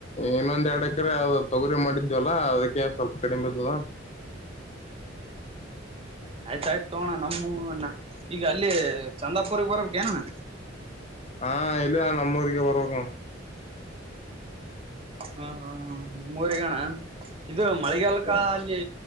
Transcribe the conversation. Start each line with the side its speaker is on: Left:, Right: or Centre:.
Left: ಇನ್ನೊಂದ ಎರಡು ಎಕ್ಕರೆ. ತೊಗರಿ ಮಾಡಿದ್ವಲ್ಲಾ ಅದ್ ಏರ್ ಸ್ವಲ್ಪ ಕಡಿಮ್ ಬಿದ್ದದ..
Right: ಆಯ್ತಾಯ್ತು ತೋಣ ನಮ್ಮ ಈಗ ಅಲ್ಲಿ ಚಂದಾಪುರ್ಗ್ ಬರ್ಬೇಕ ಏನಣ್ಣ
Left: ಹಾ ಇಲ್ಲ ನಮ್ಮೂರಿಗೆರ ಬರಬೇಕ ನೋಡ್
Right: ಹಾ ಹಾ ನಿಮ್ಮುರಿಗನ ಇದು ಮಳೆಗಾಲಕ್ಕ
Left: ನೋ
Right: ಅಲ್ಲಿ